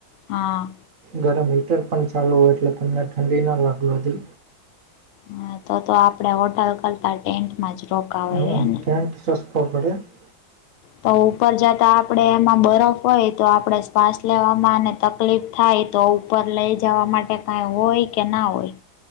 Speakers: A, on the left; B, on the right.
A: હા
B: ગરમ હીટર પણ ચાલુ હોય એટલે તમને ઠંડી ના લાગવા દે
A: હા તો તો આપડે હોટલ કરતા ટેન્ટમાં જ રોકવાયને
B: હા <unintelligible>
A: તો ઉપર જતા આપણેે એમાં બરફ હોય તો આપડે શ્વાસ લેવામાં તકલીફ થાય તો ઉપર લઈ જવા માટે કાંઈ હોય કે ના હોય?